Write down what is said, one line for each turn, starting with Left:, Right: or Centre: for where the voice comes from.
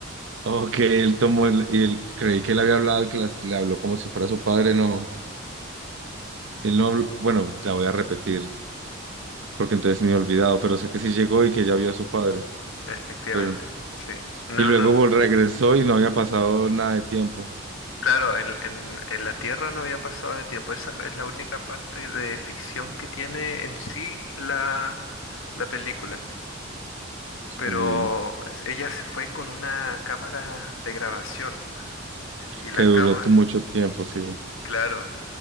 Right: O que él tomó el- y él creí que él había hablado y que las- le habló como si fuera su padre. No, él no habló. Bueno, la voy a repetir porque entonces me he olvidado, pero sé que sí llegó y que ya vio a su padre.
Left: efectivamente.
Right: Pero,
Left: Sí. No,
Right: y luego
Left: no, no.
Right: vol- regresó y no había pasado nada de tiempo.
Left: Claro, en, en- en la Tierra no había pasado de tiempo. Esa es la única parte de ficción que tiene en sí la, la película.
Right: Sí,
Left: Pero es- ella se fue con una cámara de grabación y la
Right: que duró
Left: cámara,
Right: tu- mucho tiempo, sí.
Left: claro,